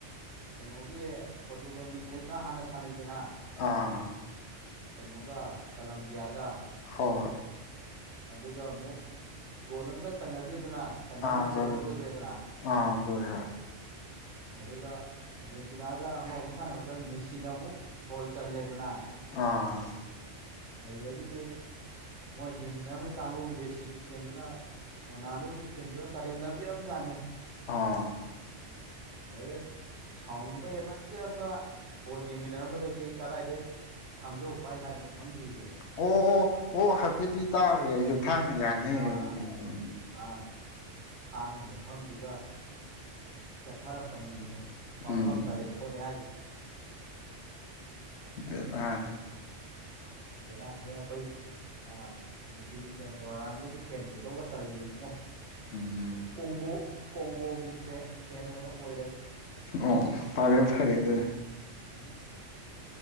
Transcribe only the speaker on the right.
ꯀꯩꯅꯣꯒꯤ ꯄꯣꯔꯇꯨꯒꯜꯒꯤ ꯃꯦꯠꯁꯇ ꯍꯥꯟꯅ ꯁꯥꯟꯅꯩꯗꯅ
ꯀꯩꯅꯣꯒ ꯀꯂꯝꯕꯤꯌꯥꯒ
ꯑꯗꯨꯒ ꯑꯃꯨꯛ ꯒꯣꯜ ꯑꯝꯇ ꯆꯅꯗꯦꯗꯅ ꯆꯟꯕ
ꯉꯝꯗꯗꯅ
ꯂꯣꯏꯈ꯭ꯔꯦꯗꯅ
ꯑꯗꯨꯒ ꯑꯥꯔꯖꯦꯟꯇꯤꯅꯥꯒ ꯑꯃꯃꯨꯛ ꯁꯥꯟꯅꯕꯗ ꯃꯦꯁꯤꯗ ꯑꯃꯨꯛ ꯈꯣꯜ ꯆꯜꯂꯦꯗꯅ
ꯑꯗꯨꯗꯒꯤꯗꯤ ꯃꯣꯏ ꯌꯦꯡꯃꯤ ꯩ ꯀꯥꯡꯒꯣ ꯕꯦꯁꯤꯒꯤ ꯐꯦꯟꯗꯨꯅ ꯔꯣꯅꯥꯜꯗꯣꯒꯤ ꯐꯦꯟꯗꯨꯗ ꯀꯔꯦꯝꯅꯕꯤꯔ ꯅꯦꯦ
ꯑꯗꯨꯗ ꯁꯥꯎꯅꯤꯡꯕ ꯍꯦꯃꯟꯒꯦꯔꯅ ꯕꯣꯜ ꯌꯦꯡꯃꯤꯟꯅꯔꯝꯕꯗꯒꯤ ꯀꯗꯥꯏꯗꯒꯤ ꯊꯥꯡꯖꯧ ꯄꯥꯏ ꯂꯥꯛꯏꯅꯣ ꯈꯪꯗꯦꯌꯦ
ꯑꯥ
ꯑꯥ ꯊꯥꯡꯅ ꯂꯨꯈꯝꯗꯨꯗ ꯁꯦꯠꯊꯔꯛꯄꯅꯤꯁꯦ ꯃꯐꯝ
ꯇꯔꯦꯠ ꯐꯣꯠꯂꯦ ꯍꯥꯏꯁꯤꯅ
ꯕꯦꯔꯥꯅꯤ ꯑꯈꯣꯏ ꯑ ꯃꯤꯁꯤꯒꯤ ꯐꯦꯟꯗꯣ ꯔꫭꯅꯥꯟꯜꯗꯣꯒꯤ ꯐꯦꯟ ꯑꯣꯏꯗꯧꯕꯒ ꯇꯜꯂꯤꯕꯨꯡꯉꯣ
ꯀꯣꯡꯒꯣ ꯀꯣꯡꯒꯣꯒꯤ ꯐꯦ ꯐꯦꯟ ꯑꯣꯏꯅ ꯑꯣꯏꯔꯒꯦ
<unintelligible>